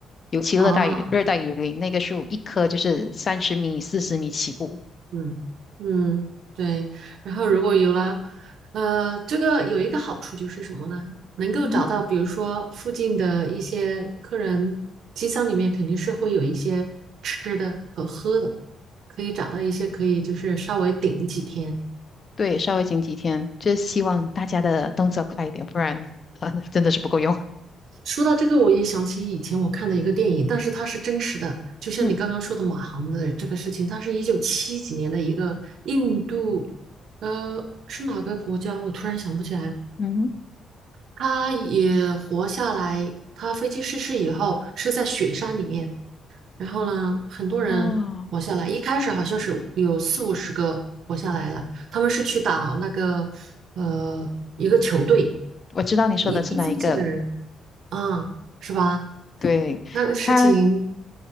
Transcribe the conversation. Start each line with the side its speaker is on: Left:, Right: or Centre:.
Left: 尤其热带雨热带雨林，
Right: 啊。
Left: 那个树一棵就是三十米、四十米起步。
Right: 嗯嗯，对。然后如果有了，呃，这个有一个好处就是什么呢？能够找到，
Left: 嗯，
Right: 比如说附近的一些客人，机舱里面肯定是会有一些吃的和喝的，可以找到一些可以就是稍微顶几天。
Left: 对，稍微紧几天，就是希望大家的动作快一点，不然 <laughs> 啊，真的是不够用。
Right: 说到这个，我也想起以前我看的一个电影，但是它是真实的，就像你刚刚说的马航的这个事情，
Left: 嗯
Right: 它是一九七几年的一个印度，呃，是哪个国家？我突然想不起来。
Left: 嗯
Right: 他也活下来。他飞机失事以后是在雪山里面，然后呢，很多人活下来。
Left: 哼哦，
Right: 一开始好像是有四五十个活下来了，他们是去打那个呃一个球队，
Left: 我知道你说的是哪一个了。
Right: 一一飞机的人，啊，是吧？
Left: 对，
Right: 那个事情
Left: 他，